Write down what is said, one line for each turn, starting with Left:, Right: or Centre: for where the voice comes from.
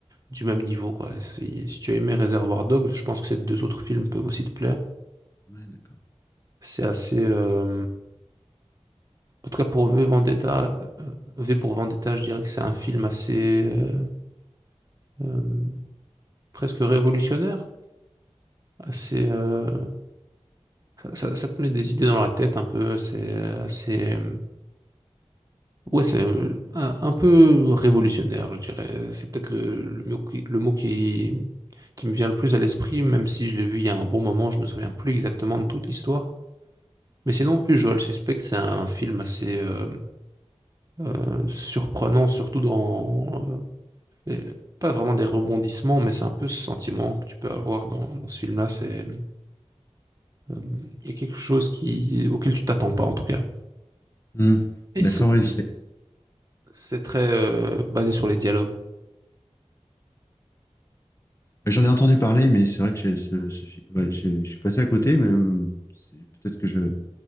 Right: du même niveau, quoi. Si, si tu as aimé Reservoir Dogs, je pense que ces deux autres films peuvent aussi te plaire.
Left: Ouais, d'accord.
Right: C'est assez. euh, En tout cas, pour V Vendetta, euh, V pour Vendetta, je dirais que c'est un film assez. euh, euh, presque révolutionnaire. Assez, euh, ça, ça- ça te met des idées dans la tête un peu. C'est assez. Ouais, c'est euh, un, un peu révolutionnaire, je dirais. C'est peut-être le, le mot qui, le mot qui, qui me vient le plus à l'esprit, même si je l'ai vu il y a un bon moment, je me souviens plus exactement de toute l'histoire. Mais sinon, Usual Suspect, c'est un film assez euh, euh, surprenant, surtout dans... euh, les- pas vraiment des rebondissements, mais c'est un peu ce sentiment que tu peux avoir dans, dans ce film-là. C'est Euh, Il y a quelque chose qui, auquel tu t'attends pas, en tout cas.
Left: Hmm.
Right: Et
Left: D'accord,
Right: c'est
Left: oui. c'est-
Right: c'est très euh, basé sur les dialogues.
Left: J'en ai entendu parler, mais c'est vrai que j'ai ce, ce fi- ouais, j'ai- je suis passé à côté, mais euh, c'est- peut-être que je